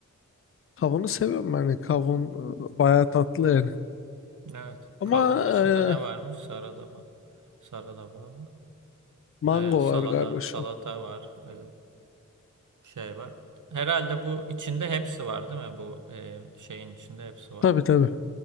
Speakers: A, on the left; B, on the right.
A: Kavunu seviyorum ben. Hani Kavun e, bayağı tatlı yani.
B: Evet.
A: Ama
B: Kavun dışında
A: e,
B: ne varmış? Saradaba. Saradaba.
A: mango
B: E, salada.
A: var galiba şu
B: Salata
A: an.
B: var. E, şey var. Herhalde bu içinde hepsi var değil mi? Bu e, şeyin içinde hepsi var.
A: Tabii tabii.